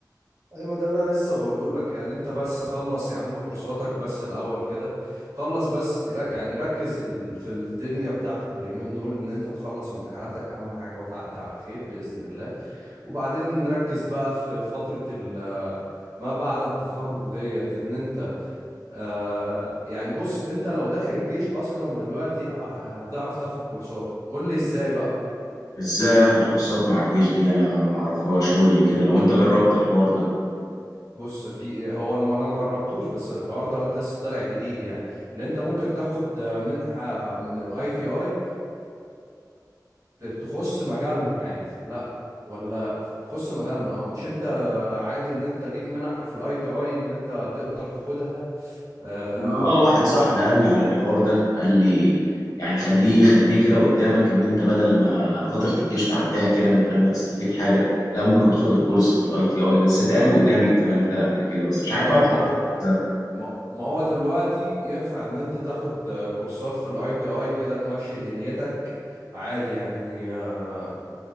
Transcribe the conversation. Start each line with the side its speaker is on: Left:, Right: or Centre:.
Right: ايوه ما ده اللي انا لسه بقوله لك يعني انت بس خلص يا عم كورساتك بس الاول كده خلص بس ر- يعني ركز ال- في الدنيا بتاعتك اليومين دول ان انت تخلص امتحاناتك اهم حاجة وتعدي على خير بإذن الله وبعدين ركز بقى في فترة ال- ما بعد التخرج ديت ان انت آه يعني بص انت لو داخل الجيش اصلا دلوقتي ه- ه- هتعرف تاخد كورسات قول لي ازاي بقى
Left: ازاي اخد كورسات مع الجيش دي انا معرفهاش قول لي كده لو انت جربت الحوار ده
Right: بص في إيه، هو الم- انا ما جربتوش بس الحوار دوت لسه طالع جديد يعني ان انت ممكن تاخد آه، منحة من الاي تي اي تخص مجالنا يعني لا ولا تخص مجالنا اه مش انت عادي ان انت ليك منح في الاي تي اي ان انت تقدر تاخدها آه
Left: اه واحد
Right: حط
Left: صاحبي قال لي على الحوار ده قال لي يعني خليه خليه كده قدامك ان انت بدل ما فترة الجيش تعديها كده من غير ما تستفيد حاجة لا ممكن تاخد الكورس في الاي تي اي بس اتقال قدامي الكلام ده قبل كده بس مش عارف
Right: اه ما
Left: اعمل
Right: هو
Left: ازاي
Right: ما ما هو دلوقتي ينفع ان انت تاخد آه، كورسات في الاي تي اي كده تمشي دنيتك عادي يعني آه